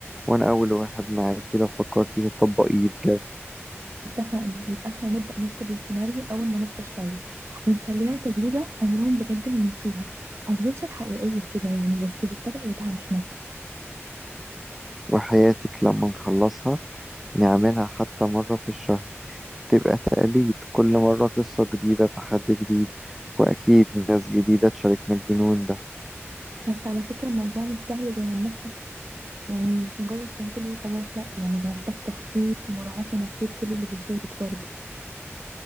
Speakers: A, in the centre; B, on the right.
A: وأنا أول واحد معاكي لو فكرتي تطبقيه بجد
B: اتفقنا يبقى احنا نبدأ نكتب السيناريو أول ما نفضى شوية ونخليها تجربة عمرهم بجد ما ينسوها أدفنتشر حقيقية كده يعني بس بالطبع بتاعنا احنا
A: وحياتك لما نخلصها نعملها حتى مرة في الشهر تبقى تقاليد كل مرة قصة جديدة تحدي جديد وأكيد ناس جديدة تشاركنا الجنون ده
B: بس على فكرة الموضوع مش سهل زي ما الناس فاكرة يعني مش مجرد تمثيل وخلاص لأ يعني ده محتاج تخطيط ومراعاة لنفسية كل اللي بيشارك برضه